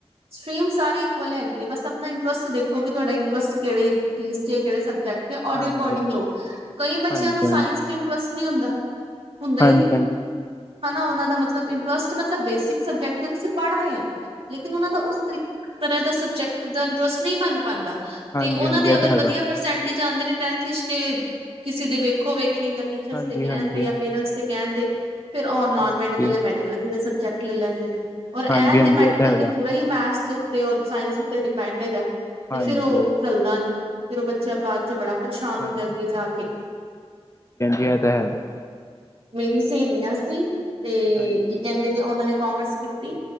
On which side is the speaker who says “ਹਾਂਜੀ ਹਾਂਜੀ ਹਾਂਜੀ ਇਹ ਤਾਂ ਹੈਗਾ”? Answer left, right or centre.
Left